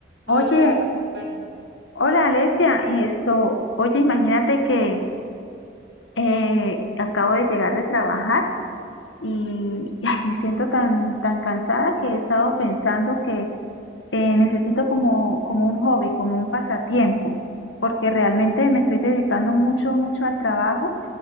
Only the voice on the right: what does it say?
Hola, ¿qué tal?